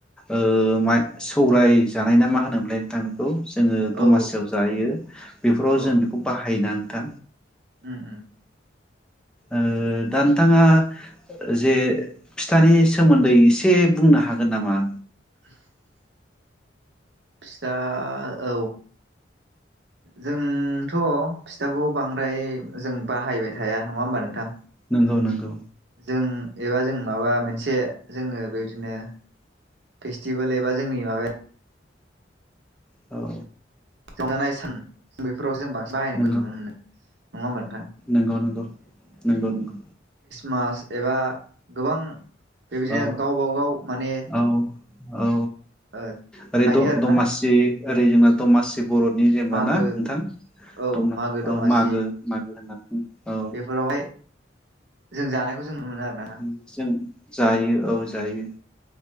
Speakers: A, in the centre; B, on the right.
A: ओ मा सौराय जानाय ना मा होनोमोनलाय थांखौ जोंङो दमासियाव
B: औ
A: जायो बेफोराव
B: औ
A: जों बेखौ बाहायोना दा
B: उम उम
A: ओ दा नोंथाङा जे फिथानि सोमोन्दै एसे बुंनो हागोन नामा
B: <inaudible> फिथा औ जोंथ' फिथाखौ बांद्राय जों बाहायबाय थाया नङा होमबा नोंथां
A: नोंगौ नोंगौ
B: जों एबा जों माबा मोनसे जोंङो बेबायदिनो फेस्टिभेल एबा जोंनि माबाया
A: औ
B: जानाय सान बेफोराव जों बां बाहायनायखौ
A: नंगौ
B: नुनो मोनो नङा ओमबा नोंथां
A: नंगौ नंगौ नंगौ नंगौ
B: मास एबा गोबां बेबायदिनो
A: औ
B: गावबागाव माने
A: औ औ
B: ओ
A: ओरै
B: थायो
A: द
B: आरोना
A: दमासि ओरै माग दमासि जे बर'नि जेबा
B: मागो
A: ना नोंथां
B: औ
A: दङ'
B: मागो
A: औ
B: दमासि
A: मागो मागो होनना औ
B: बेफोरावहाय जों जानायखौ जों नुनो मोनो आरोना नोंथां
A: जों जायो औ जायो